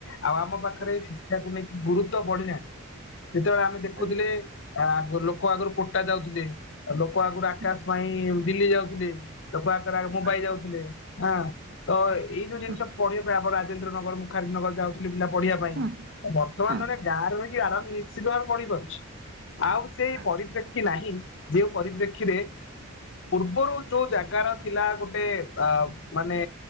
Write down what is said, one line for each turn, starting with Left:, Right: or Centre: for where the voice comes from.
Left: ଆଉ ଆମ ପାଖରେ।
Right: ଆଜ୍ଞା
Left: ଶିକ୍ଷା କୁ ନେଇ ଗୁରୁତ୍ୱ ବଢିନାହିଁ ସେତେବେଳେ ଆମେ ଦେଖୁଥିଲେ।
Right: ଆଜ୍ଞା
Left: ଆ ଲୋକ ଆଗୁରୁ କୋଟା ଯାଉଥିଲେ ଲୋକ ଆଗୁରୁ ଆକାଶ
Right: ହୁଁ
Left: ପାଇଁ ଦିଲ୍ଲୀ ଯାଉଥିଲେ। ଲୋକ ଆକାର ମୋ
Right: ଆଜ୍ଞା
Left: ପାଇଯାଉଥିଲେ ଆ ତ ଏଇ ଯୋଉ ଜିନିଷ
Right: ହୁଁ
Left: ପଢିବା ପାଇଁ ଆମ ରାଜେନ୍ଦ୍ର ନଗର ମୁ। ଖାରନଗର ଯାଉଥିଲେ ପିଲା ପଢିବା ପାଇଁ
Right: ହୁଁ
Left: ବର୍ତ୍ତମାନ
Right: ହୁଁ
Left: ରେ। ଗାଁ ରହିଛି ଆରାମେ ନିଶ୍ଚିତ ଭାବରେ ପଢି ପାରୁଛି ଆଉ ସେଇ
Right: ଆଜ୍ଞା
Left: ପରିପ୍ରେକ୍ଷୀ ନାହିଁ। ଯେଉ ପରିପ୍ରେକ୍ଷୀରେ ପୂର୍ବରୁ ଯୋଉ ଜାଗାର ଥିଲା ଗୋଟେ ଆବ। ମାନେ।